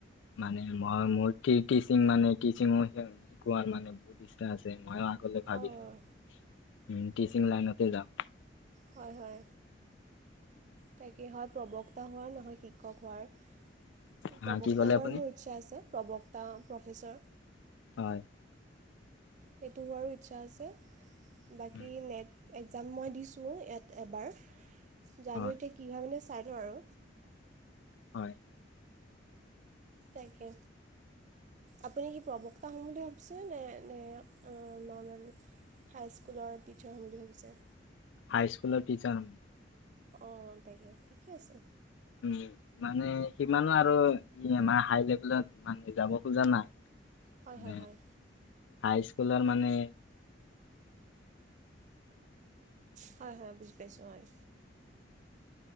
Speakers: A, on the left (about 70°); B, on the right (about 40°).
A: মানে মই মোৰ টিচিং মানে টিচিং শিকোৱাৰ মানে বহুত ইচ্ছা আছে মই। ভাবিছো
B: অঁ
A: উম, টিচিং লাইনতে যাাম।
B: হয়, হয়। তাকে হয় প্ৰবক্তা হোৱাৰ নহয়, শিক্ষক হোৱাৰ
A: হা
B: প্ৰবক্তা
A: কি ক'লে
B: হোৱাৰ
A: আপুনি
B: মোৰ। ইচ্ছা আছে প্ৰবক্তা প্ৰফেচৰ।
A: হয়।
B: সেইটো হোৱাৰো ইচ্ছা আছে। বাকী
A: উম,
B: নেট একজাম মই দিছোঁ ইয়াত এবাৰ। জানো
A: হয়
B: কি হয় মানে লওঁ আৰু।
A: হয়।
B: তাকে। আপুনি কি প্ৰবক্তা হ'ম বুলি ভাবিছে নে এনে নৰ্মেল হাই স্কুলৰ টিচাৰ হম বুলি ভাবিছে?
A: হাই স্কুলৰ টিচাৰ হম।
B: অহ তাকে ঠিকে আছে।
A: উম মানে সিমানো আৰু ইমানে হাই লেভেলত মানে যাব খোজা নাই।
B: হয়
A: মানে
B: হয় হয়।
A: হাই স্কুলৰ মানে
B: হয় হয় বুজি পাইছোঁ হয়।